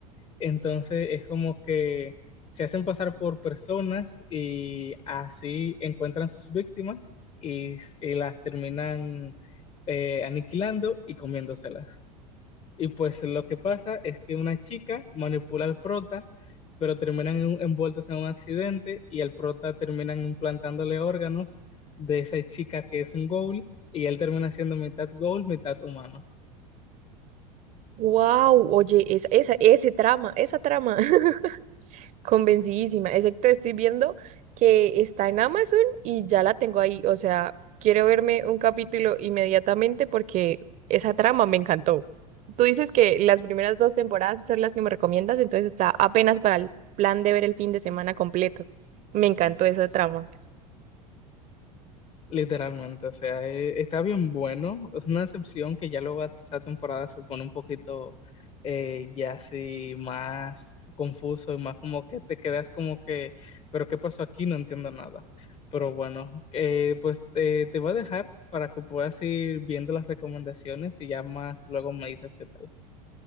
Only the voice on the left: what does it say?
Entonces es como que se hacen pasar por personas y así encuentran sus víctimas y, s- y las terminan eh, aniquilando y comiéndoselas. Y pues lo que pasa es que una chica manipula al prota, pero terminan en- un- envueltos en un accidente y al prota terminan implantándole órganos de esa chica que es un ghoul y él termina siendo mitad ghoul, mitad humano.
Literalmente, o sea, eh, está bien bueno. Es una excepción que ya luego esta temporada se pone un poquito eh, ya así más confuso y más como que te quedas como que, pero ¿qué pasó aquí? No entiendo nada. Pero bueno, eh, pues eh, te voy a dejar para que puedas ir viendo las recomendaciones y ya más luego me dices qué tal.